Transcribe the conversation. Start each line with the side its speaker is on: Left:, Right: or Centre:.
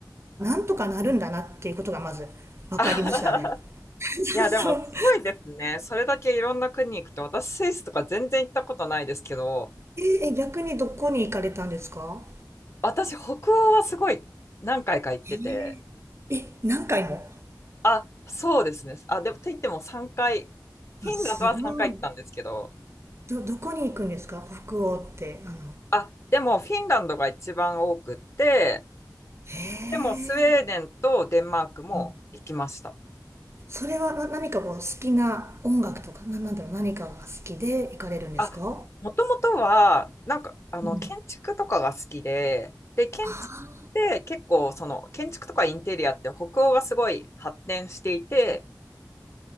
Right: あなんとかなるんだなっていうことがまず分かりましたね。
Left: <laughs>
Right: <laughs>
Left: いや、でも、
Right: そう。
Left: すごいですね。それだけいろんな国行くと、私、スイスとか全然行ったことないですけど、
Right: ええ、逆にどこに行かれたんですか？
Left: 私、北欧はすごい何回か行ってて、
Right: ええ、え、何回も？
Left: あ、そうですね。あ、でも、と言っても3回、フィンランドは3回行ったんですけど、
Right: あ、すごい。どどこに行くんですか？北欧って、あの
Left: あ、でも、フィンランドが一番多くって、
Right: へえ、
Left: でも、スウェーデンとデンマークも行きました。
Right: うん。それは、な何かこう好きな音楽とか、ななんだろう、何かが好きで行かれるんですか？
Left: あ、もともとは、なんか、あの、
Right: うん。
Left: 建築とかが好きで、で、建築って結構、
Right: あ
Left: その、建築とかインテリアって北欧がすごい発展していて、